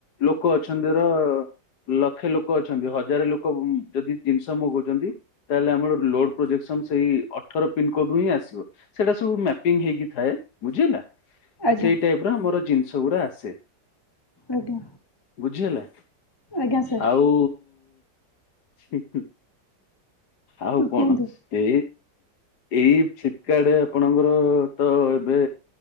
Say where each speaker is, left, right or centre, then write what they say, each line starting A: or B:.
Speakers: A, on the left; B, on the left.
A: ଲୋକ ଅଛନ୍ତି ଧର ଲକ୍ଷେ ଲୋକ ଅଛନ୍ତି ହଜାରେ ଲୋକ ଉ ଯଦି ଜିନିଷ ମଗଉଚନ୍ତି ତାହେଲେ ଆମର ଲୋଡ ପ୍ରୋଜେକ୍ସନ ସେଇ ଅଠର ପିିନକୋଡରୁୁ ହିଁ ଆସିବ। ସେଟା ସବୁ ମ୍ୟାପିଙ୍ଗ ହେଇକି ଥାଏ। ବୁଝିହେଲା?
B: ଆଜ୍ଞା
A: ସେଇ ଟାଇପର ଆମର ଜିନିଷଗୁରା ଆସେ।
B: ଆଜ୍ଞା।
A: ବୁଝି ହେଲା?
B: ଆଜ୍ଞା ସାର୍
A: ଆଉ <unintelligible> ଆଉ କଣ
B: କୁହନ୍ତୁ
A: ସେ ଏଇ ଏକା ଆଡେ ଆପଣଙ୍କର ତ ଏବେ